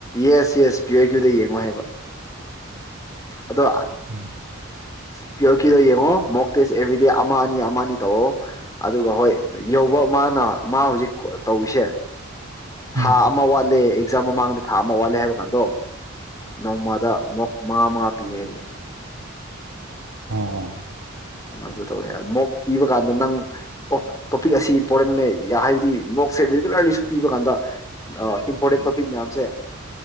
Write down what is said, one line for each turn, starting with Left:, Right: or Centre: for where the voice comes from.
Left: ꯌꯦꯁ ꯌꯦꯁ ꯄꯤꯌꯣꯔ ꯀ꯭ꯌꯨꯗ ꯌꯦꯡꯉꯣ ꯍꯥꯏꯕ ꯑꯗꯣ
Right: ꯎꯝ
Left: ꯄꯤꯌꯣꯔ ꯀ꯭ꯌꯨꯗ ꯌꯦꯡꯉꯣ ꯃꯣꯛ ꯇꯦꯁ ꯑꯦꯕ꯭ꯔꯤꯗꯦ ꯑꯃ ꯑꯅꯤ ꯑꯃ ꯑꯅꯤ ꯇꯧꯔꯣ ꯑꯗꯨꯒ ꯍꯣꯏ ꯌꯧꯕ ꯃꯥꯅ ꯃꯥ ꯍꯧꯖꯤꯛ ꯇꯧꯔꯤꯁꯦ
Right: ꯎꯝ
Left: ꯍꯥꯥ ꯑꯃ ꯋꯥꯠꯂꯦ ꯑꯦꯛꯖꯥꯝ ꯃꯥꯥꯡ ꯊꯥ ꯑꯃ ꯋꯥꯠꯂꯦ ꯍꯥꯏꯕ ꯀꯥꯟꯗꯣ ꯅꯣꯡꯃꯗ ꯑꯃꯛ ꯃꯉꯥ ꯃꯉꯥ ꯄꯤꯌꯦ ꯍꯌꯦꯌꯦꯦ
Right: ꯑꯣ
Left: ꯑꯗꯨ ꯇꯧꯋꯦ ꯃꯣꯛ ꯄꯤꯕ ꯀꯥꯟꯗ ꯅꯪ ꯑꯣ ꯇꯣꯄꯤꯛ ꯑꯁꯤ ꯏꯝꯄꯣꯔꯇꯦꯟꯅꯦ ꯍꯥꯏꯕꯗꯤ ꯃꯣꯛꯁꯦ ꯔꯤꯒꯨꯂꯔꯂꯤ ꯁꯨꯝ ꯄꯤꯕ ꯀꯥꯟꯗ ꯏꯝꯄꯣꯔꯇꯦꯟ ꯇꯣꯄꯤꯛ ꯃꯌꯥꯝꯁꯦ